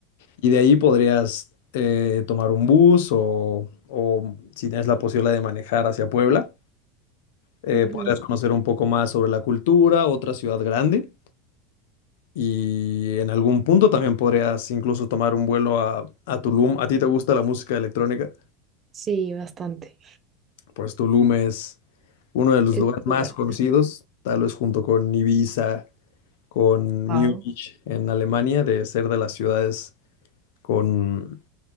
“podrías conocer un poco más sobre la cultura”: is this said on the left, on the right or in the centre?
Left